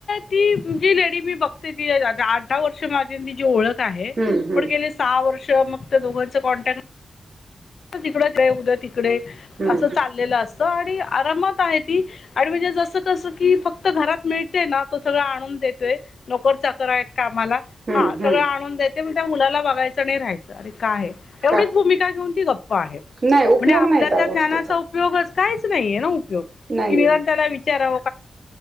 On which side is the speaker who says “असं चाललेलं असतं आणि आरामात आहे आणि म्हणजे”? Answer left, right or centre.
Left